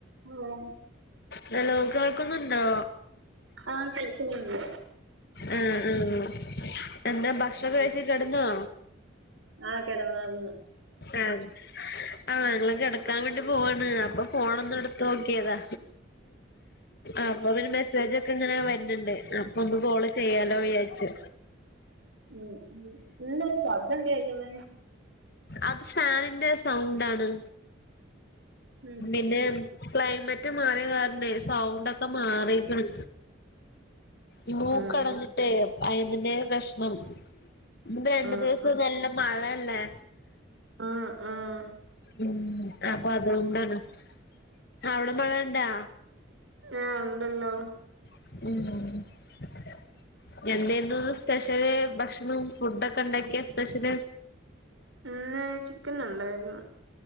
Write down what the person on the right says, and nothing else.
ഹലോ
ആഹ് കേൾകുന്നുണ്ട്.
ആഹ് കെടന്നാർന്ന്.
ഉം ഉം. എന്താ സബ്ദം കേക്കുന്നെ?
ഉം
ഉം
ഉം
ഉം
ഉം ഉം
ആ ഉണ്ടല്ലോ.
ഇന്ന് ചിക്കനുണ്ടായിരുന്നു.